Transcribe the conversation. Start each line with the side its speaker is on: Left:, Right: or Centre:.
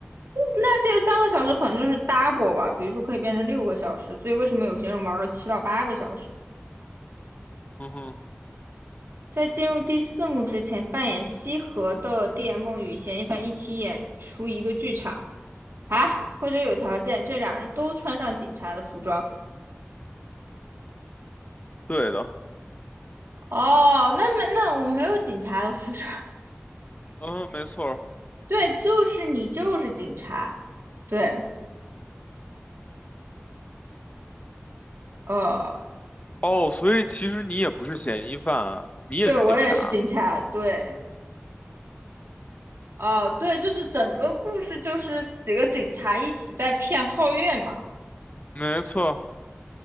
Right: 那这个三个小时可能就是 double 吧，比如说可以变成六个小时，所以为什么有些人玩了七到八个小时？
Left: 嗯哼，
Right: 在进入第四幕之前，扮演西河的 D M 与嫌疑犯一起演出一个剧场啊，或者有条件，这两人都穿上警察的服装。
Left: 对的，
Right: 哦，那么那我没有警察的服装，
Left: 嗯，没错儿
Right: <laughs> 对，就是你就是警察，对，呃，
Left: 哦，所以其实你也不是嫌疑犯啊，你也是警察。
Right: 对我也是警察，对，哦，对，就是整个故事就是几个警察一起在骗皓月嘛。
Left: 没错儿